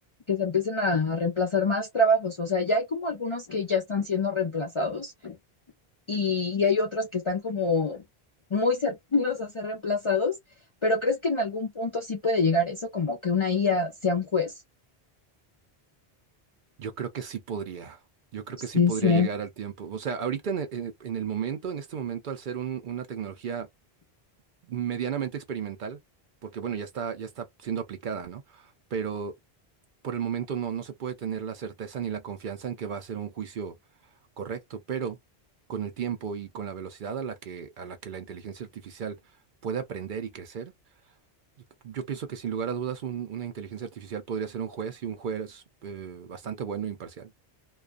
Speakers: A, on the left; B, on the right.
A: que se empiecen a reemplazar más trabajos? O sea, ya hay como algunos que ya están siendo reemplazados y, y hay otros que están como muy cercanos a ser reemplazados, pero ¿crees que en algún punto sí puede llegar eso, como que una IA sea un juez?
B: Yo creo que sí podría. Yo creo
A: Sí,
B: que sí podría
A: sí,
B: llegar al tiempo. O sea, ahorita en e- en- en el momento, en este momento, al ser un- una tecnología medianamente experimental, porque bueno, ya está, ya está siendo aplicada, ¿no? Pero por el momento no, no se puede tener la certeza ni la confianza en que va a ser un juicio correcto, pero con el tiempo y con la velocidad a la que, a la que la inteligencia artificial puede aprender y crecer, Yo yo pienso que sin lugar a dudas un- una inteligencia artificial podría ser un juez y un juez eh, bastante bueno e imparcial.